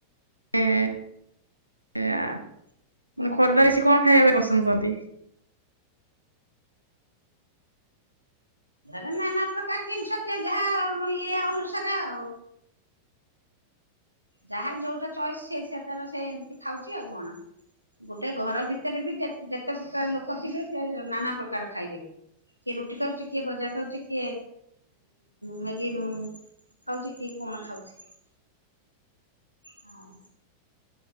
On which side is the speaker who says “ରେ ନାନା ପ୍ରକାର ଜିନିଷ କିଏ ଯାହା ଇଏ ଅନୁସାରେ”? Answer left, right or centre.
Left